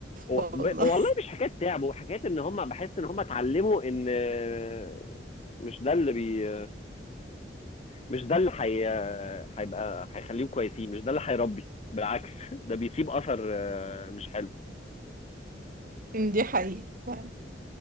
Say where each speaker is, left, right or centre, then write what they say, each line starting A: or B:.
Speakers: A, on the left (about 35°); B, on the right (about 50°).
A: و-
B: والله
A: ب- والله مش حكايه تعب وحكايه ان هم بحس ان هم اتعلموا ان آه، مش ده اللي بي مش ده اللي حي... هيبقى هيخليهم كويسين مش ده اللي هيربي بالعكس ده بيسيب اثر آه، مش حلو
B: <laughs> دي حقيقة فعلا.